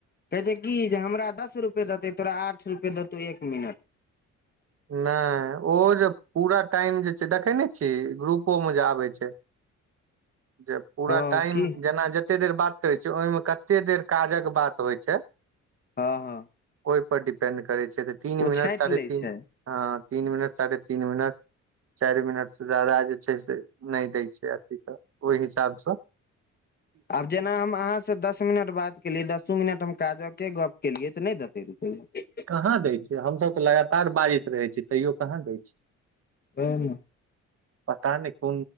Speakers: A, on the left (about 30°); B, on the right (about 50°).
A: कहै छै कि जे हमरा दस रुपये देतै तोरा आठ रुपये देतौ एक मिनट
B: नै ओहो जे पूरा टाइम जे छै देखैने छीहीन ग्रुपो मे जे आबै छैय जे पूरा
A: हँ
B: टाइम
A: की
B: जेना ज कते देर बात करै छियै ओहिमे कते देर काज कऽ बात होय छैय
A: हँ हँ
B: औय पर डपेंड करै छै। तीन
A: ओ
B: मिनट
A: छाँटि
B: साढ़े
A: लै
B: तीन
A: छै
B: हँ तीन मिनट साढ़े तीन मिनट चैर मिनट से ज्यादा जे छै। नैय दै छै। अथि त ओय हिसाब स
A: आब जेना हम अहाँ स दस मिनट बात केलियै दसो मिनट हम काजक के गप केलियै तऽ नै देते रुपया
B: कहाँ दै छैय हम सभ तऽ लगातार बाजैत रहे छियै तैयो कहाँ दै छैय
A: हूँ
B: पता नहि पू